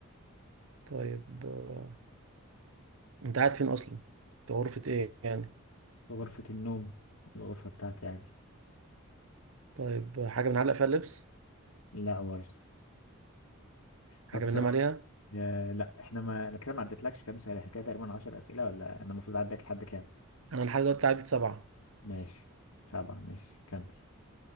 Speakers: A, on the right (about 70°); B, on the left (about 80°).
A: طيب آه، انت قاعد فين اصلا في غرفة ايه يعني
B: في غرفة النوم الغرفة بتاعتي عادي
A: طيب حاجة بنعلق فيها اللبس
B: لا برضه
A: حاجة
B: طب سواء
A: بننام عليها
B: آه لا احنا ما انا كده ما عدتلكش كام سؤال احنا كده تقريبا 10 أسئلة ولا انا المفروض اعدك لحد كام
A: أنا لحد دلوقتي عدد سبعة
B: ماشي سبعة ماشي كمل